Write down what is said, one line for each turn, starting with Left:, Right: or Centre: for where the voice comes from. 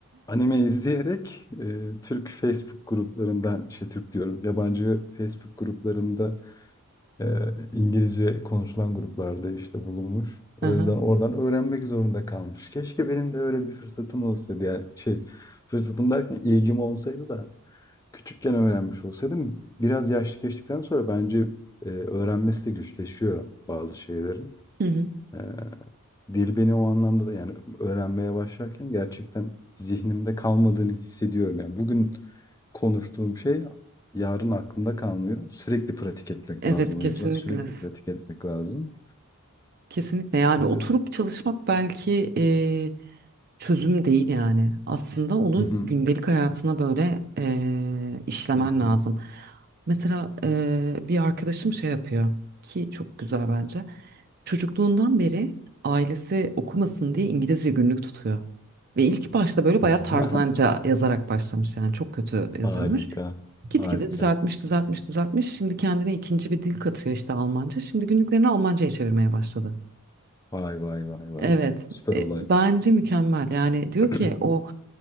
Left: Anime izleyerek e, Türk Facebook gruplarından, şey Türk diyorum, yabancı Facebook gruplarında e, İngilizce konuşulan gruplarda işte bulunmuş. O
Right: Aha.
Left: yüzden oradan öğrenmek zorunda kalmış. Keşke benim de öyle bir fırsatım olsaydı. Yani şey, fırsatım derken ilgim olsaydı da küçükken öğrenmiş olsaydım. Biraz yaşlı geçtikten sonra bence e, öğrenmesi de güçleşiyor bazı şeylerin.
Right: Hı hı.
Left: Ee, dil beni o anlamda da yani öğrenmeye başlarken gerçekten zihnimde kalmadığını hissediyorum. Yani bugün konuştuğum şey yarın aklımda kalmıyor. Sürekli pratik etmek
Right: Evet
Left: lazım o
Right: kesinlikle.
Left: yüzden. Sürekli pratik etmek lazım.
Right: Kesinlikle yani
Left: Ee,
Right: oturup çalışmak belki eee, çözüm değil yani. Aslında onu
Left: hı hı,
Right: gündelik hayatına böyle eee, işlemen
Left: hı hı.
Right: lazım. Mesela eee, bir arkadaşım şey yapıyor ki çok güzel bence. Çocukluğundan beri ailesi okumasın diye İngilizce günlük tutuyor. Ve ilk başta böyle bayağı
Left: hı
Right: tarzanca
Left: hı.
Right: yazarak başlamış yani çok kötü
Left: <laughs>
Right: yazıyormuş.
Left: Harika.
Right: Gitgide
Left: Harika.
Right: düzeltmiş, düzeltmiş, düzeltmiş. Şimdi kendine ikinci bir dil katıyor işte Almanca. Şimdi günlüklerini Almanca'ya çevirmeye başladı.
Left: Vay vay vay vay.
Right: Evet,
Left: Süper
Right: e,
Left: olay.
Right: bence mükemmel. Yani diyor
Left: <clears throat>
Right: ki o